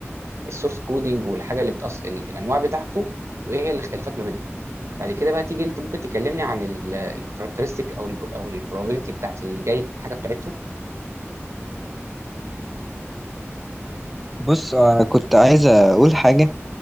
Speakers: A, on the right; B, in the centre.
A: السورس كودينج والحاجه اللي بتأص الانواع بتاعته وايه هي الاختلافات ما بينهم بعد كده بقى تيجي انت ممكن تكلمني عن الكاركترستيك او ال او البروبابيلتي بتاعت الجاي الحاجه بتاعته
B: بص انا كنت عايز اقول حاجه